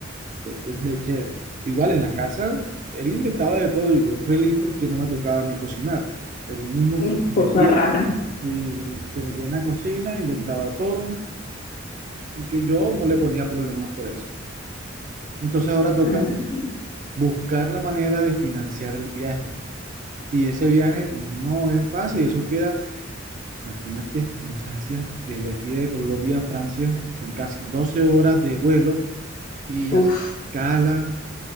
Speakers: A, on the right; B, on the left.
A: de, de- de chef. Igual en la casa, él inventaba de todo y yo feliz porque no me tocaba a mí cocinar. Él mismo
B: Eh,
A: se
B: cosa
A: metía,
B: rara.
A: en la- sí, se metía en la cocina, inventaba todo, porque yo no le ponía problemas por eso. Entonces ahora toca
B: Ah,
A: buscar la manera de financiar el viaje. Y ese viaje no es fácil, eso queda, imagínate, en Francia, desde aquí de Colombia a Francia, son casi 12 horas de vuelo y
B: uf,
A: hacer escala,